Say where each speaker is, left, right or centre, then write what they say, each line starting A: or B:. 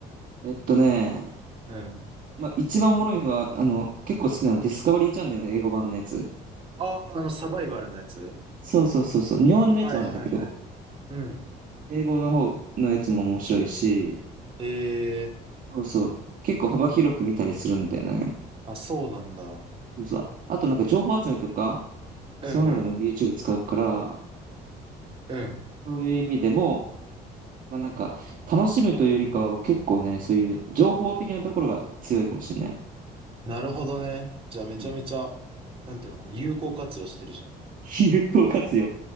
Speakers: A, on the right; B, on the right.
A: ら。えっとね、
B: うん。
A: まあ一番おもろいのは、あの、結構好きなのディスカバリーチャンネルの英語版のやつ。
B: ああ、あの、サバイバルのやつ
A: そうそうそうそう。日本のやつもあるんだけど、
B: はいはいはい。うん。
A: 英語の方のやつも面白いし、
B: ええ
A: そうそう。結構幅広く見たりするんだよね。
B: あ、そうなんだ。
A: そうそう。あとなんか情報集めとか、
B: うんうん。
A: そういうのでも YouTube 使うから、
B: うん。
A: そういう意味でも、まあなんか、楽しむというよりかは結構ね、そういう情報的なところが強いかもしれない。
B: なるほどね。じゃあめちゃめちゃ、
A: うん。
B: なんていうのかな、有効活用してるじゃん。
A: <laughs> 有効活用。